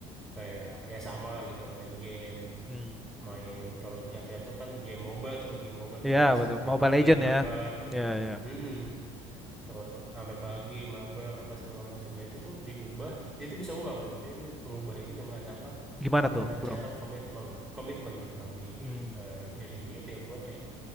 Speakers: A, on the right; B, in the centre.
A: kayak ya sama lah gitu kan main game
B: Mm.
A: main kalau yang kayak tuh kan game MOBA tuh game MOBA tuh
B: ya
A: kan bisa
B: betul
A: sampai
B: Mobile
A: pagi
B: Legend
A: mabar
B: ya
A: gitu
B: ya
A: kan.
B: ya
A: Mm-mm.
B: Mm.
A: Terus sampai pagi mabar apa segala macamnya itu tuh diubah dia tuh bisa ubah kalau gitu kan. dia tuh mengubah itu dengan apa
B: gimana
A: dengan
B: tuh bro
A: cara komitmen komitmen gitu bang di
B: Mm.
A: eh, diri dia dia buat kayak